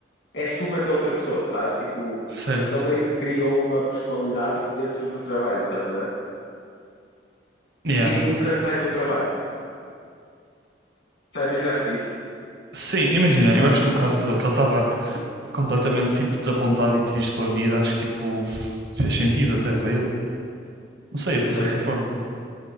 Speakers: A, on the left; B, on the right.
A: és tu, mas é outra pessoa, sabes? Tipo,
B: certo.
A: ele meio que criou uma personalidade tipo, dentro do trabalho, estás a ver?
B: Yeah.
A: E nunca sai do trabalho. Já imaginaste isso?
B: Sim, imagina, eu acho que no caso dele, que ele estava completamente tipo desapontado e triste com a vida, acho que tipo fez sentido até para ele. Não sei,
A: Sim,
B: eu penso
A: mas
B: dessa forma.